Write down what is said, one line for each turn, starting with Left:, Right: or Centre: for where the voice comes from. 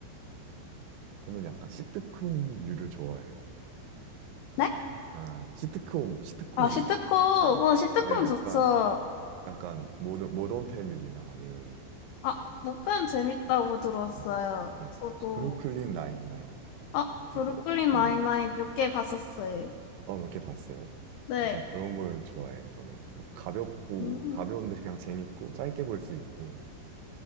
Right: 저는 약간 시트콤류를 좋아해요.
Left: 네?
Right: 약간, 시트콤, 시트콤류.
Left: 아, 시트콤! 뭐, 시트콤
Right: 네, 약간,
Left: 좋죠.
Right: 약간, 모던, 모던 패밀리나 아니면
Left: 아, 못뱀 재밌다고 들었어요.
Right: 네. 네.
Left: 저도,
Right: 브루클린 나인나인.
Left: 아,
Right: 네.
Left: 브루클린
Right: 어, 어, 어,
Left: 나인나인
Right: 네.
Left: 몇 개 봤었어요.
Right: 어, 몇 개 봤어요.
Left: 네.
Right: 약간 그런 걸 좋아해요, 저는. 가볍고,
Left: 음.
Right: 가벼운데 그냥 재밌고, 짧게 볼 수 있고,